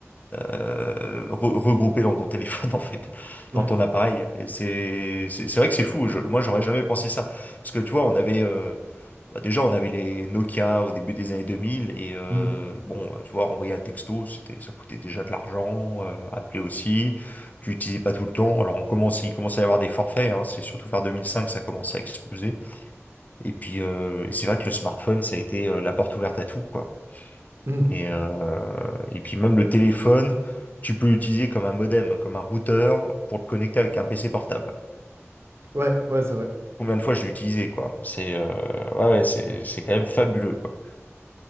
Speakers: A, on the left (about 35°); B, on the right (about 60°).
A: euh, re- regroupées dans ton téléphone <laughs> en fait,
B: Ouais.
A: dans ton appareil. Et c'est c'est c'est vrai que c'est fou. Je, moi, j'aurais jamais pensé ça parce que tu vois, on avait euh, bah, déjà on avait les Nokia au début des années 2000 et euh,
B: Mhm.
A: bon, tu vois, envoyer un texto, c'était ça coûtait déjà de l'argent, euh, appeler aussi tu l'utilisais pas tout le temps. Alors on commence, il commence à y avoir des forfaits, hein. C'est surtout vers 2005 que ça commençait à exploser. Et puis euh, c'est vrai que le smartphone, ça a été euh, la porte ouverte à tout, quoi.
B: Mhm.
A: Et, euh, et puis même le téléphone, tu peux l'utiliser comme un modem, comme un routeur pour te connecter avec un PC portable.
B: Ouais, ouais, c'est vrai.
A: Combien de fois je l'ai utilisé, quoi. C'est euh, ouais, ouais, c'est c'est quand même fabuleux, quoi.